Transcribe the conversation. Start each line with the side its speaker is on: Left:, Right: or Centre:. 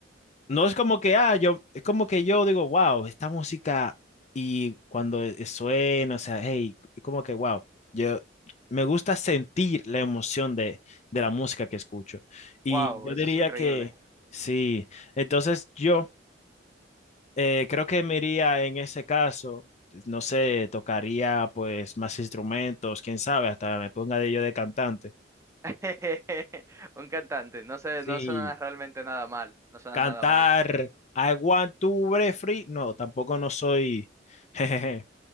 Left: No es como que, ah, yo, es como que yo digo, wow, esta música y cuando e- e, suena, o sea, hey, es como que, wow, yo me gusta sentir la emoción de, de la música que escucho. Y
Right: Wow,
Left: yo
Right: eso
Left: diría
Right: es increíble.
Left: que sí, entonces yo eh, creo que me iría en ese caso, pues, no sé, tocaría pues más instrumentos, quién sabe, hasta me ponga de yo de cantante.
Right: <laughs> Un cantante, no sé,
Left: Sí.
Right: no suena realmente nada mal, no suena
Left: Cantar
Right: nada mal.
Left: I want to break free. No, tampoco no soy. <laughs> jejeje,